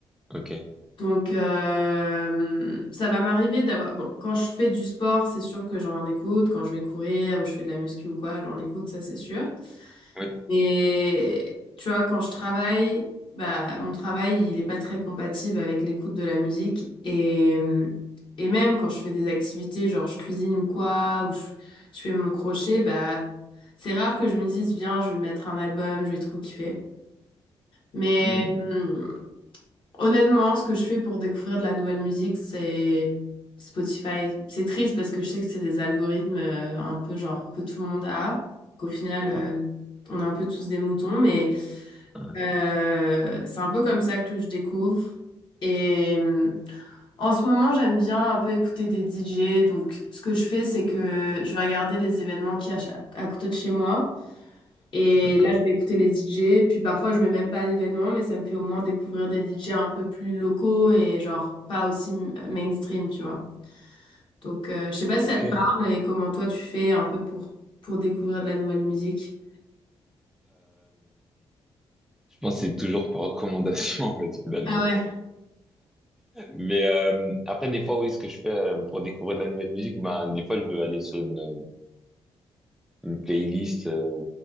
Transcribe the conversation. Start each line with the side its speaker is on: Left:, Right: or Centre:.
Centre: ok.
Left: Donc, euh, ça va m'arriver d'avoir... Bon, quand je fais du sport, c'est sûr que j'en écoute. Quand je vais courir ou je fais de la muscu ou quoi, j'en écoute, ça c'est sûr.
Centre: Oui.
Left: Et tu vois, quand je travaille, bah, mon travail, il est pas très compatible avec l'écoute de la musique. Et, et même quand je fais des activités, genre je cuisine ou quoi, ou je, je fais mon crochet, bah, c'est rare que je me dise, viens, je vais mettre un album, je vais trop kiffer. Mais
Centre: Hmm.
Left: hum, honnêtement, ce que je fais pour découvrir de la nouvelle musique, c'est Spotify. C'est triste parce que je sais que c'est des algorithmes euh, un peu genre que tout le monde a, qu'au final, euh,
Centre: Ah,
Left: on est un peu tous des moutons, mais...
Centre: ah,
Left: Euh, c'est un peu comme ça que je découvre. Et euh, en ce moment, j'aime bien un peu écouter des DJ. Donc, ce que je fais, c'est que je vais regarder les événements qu'il y a ch- à côté de chez moi. Et
Centre: d'accord.
Left: là, je vais écouter les DJ. Puis parfois, je vais même pas à l'événement, mais ça me fait au moins découvrir des DJ un peu plus locaux et genre pas aussi m- mainstream, tu vois. Donc, euh, je sais pas si
Centre: Ok.
Left: ça te
Centre: Euh,
Left: parle et comment toi tu fais un peu pour, pour découvrir de la nouvelle musique.
Centre: je pense que c'est toujours par recommandation, <laughs> en fait, finalement.
Left: Ah ouais.
Centre: Mais euh, après, des fois, oui, ce que je fais euh, pour découvrir de la nouvelle musique, ben, des fois, je veux aller sur une, euh, une playlist euh,